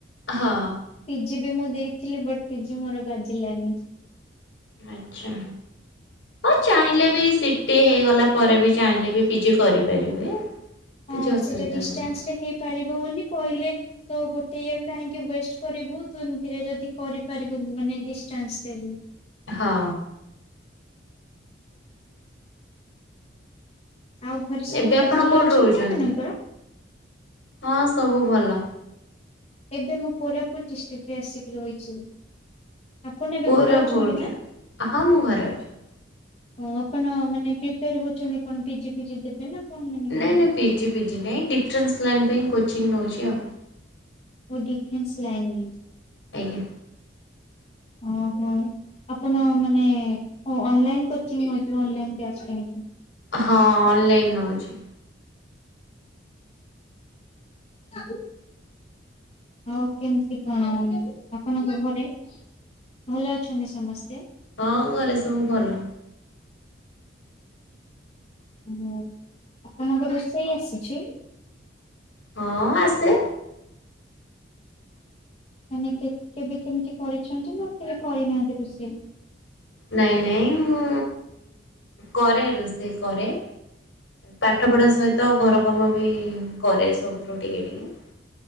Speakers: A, on the left; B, on the left.
A: ହଁ।
B: ପିଜି ବି ମୁଁ ଦେଇଥିଲି ବଟ୍ ପିଜି ମୋର ବାଜିଲାନି।
A: ଆଚ୍ଛା। ହଁ ଚାହିଁଲେ ବି ସିଟି ହେଇଗଲା ପରେ ବି ଚାହିଁଲେ ବି ପିଜି କରିପାରିବେ। <inaudible>
B: ହଁ
A: ଅସୁବିଧା
B: ସେଟା ଡିଷ୍ଟାନ୍ସ
A: ନାହିଁ
B: ରେ ହେଇପାରିବ ବୋଲି କହିଲେ ତ ଗୋଟେ ଇୟର କାହିଁକି ୱେଷ୍ଟ କରିବୁ ତ ଏମିତିରେ ଯଦି କରିପାରିବୁ ମାନେ ଡିଷ୍ଟାନ୍ସ ଦେବୁ।
A: ହଁ।
B: ଆଉ ଘରେ ସମସ୍ତେ
A: ଏବେ ଆପଣ
B: ଭଲ
A: କୋଉଠି
B: ଅଛନ୍ତି
A: ରହୁଛନ୍ତି?
B: ଆପଣଙ୍କର?
A: ହଁ ସବୁ ଭଲ।
B: ଏବେ ମୁଁ କୋରାପୁଟ ଡିଷ୍ଟ୍ରିକ୍ଟରେ ଆସିକି ରହିଛି। ଆପଣ ଏବେ
A: କୋରାପୋର୍ଟରେ
B: ଘରେ ଅଛନ୍ତି ନା?
A: ହଁ ମୁଁ ଘରେ ଅଛି।
B: ଓ ଆପଣ ମାନେ ପ୍ରିପେୟାର ହଉଛନ୍ତି କଣ ପି ଜି ଫିଜି ଦେବେ ନା? କଣ ମାନେ
A: ନାଇଁ
B: କେମିତି?
A: ନାଇଁ ପିଜି ଫିଜି ନାହିଁ ଡିଫରେନ୍ସ ଲାଇନ୍ ପାଇଁ କୋଚିଙ୍ଗ ନଉଛି ଆଉ।
B: ଓ ଡିଫେନ୍ସ ଲାଇନି।
A: ଆଜ୍ଞା।
B: ଓହୋ ଆପଣ ମାନେ ଅ ଅନଲାଇନି କୋଚିଙ୍ଗ ନଉ ଥିବେ ଅନଲାଇନ ବ୍ୟାଚ ପାଇଁ କି।
A: ହଁ ଅଲଲାଇନ୍ ନଉଛି।
B: ଆ <unintelligible> ଆଉ କେମିତି କଣ ଆପଣଙ୍କ ଘରେ? ଭଲ ଅଛନ୍ତି ସମସ୍ତେ।
A: ହଁ ଘରେ ସବୁ ଭଲ।
B: ହ ଆପଣଙ୍କୁ ରୋଷେଇ ଆସିଛି?
A: ହଁ ଆସେ।
B: ମାନେ କେବେ କେମିତି କରିଛନ୍ତି ନା କେବେ କରିନାହାନ୍ତି ରୋଷେଇ?
A: ନାଇଁ ନାଇଁ ମୁଁ କରେ ରୋଷେଇ କରେ। ପାଠ ପଢା ସହିତ ଘର କାମ ବି କରେ ସବୁଥିରୁ ଟିକେ ଟିକେ।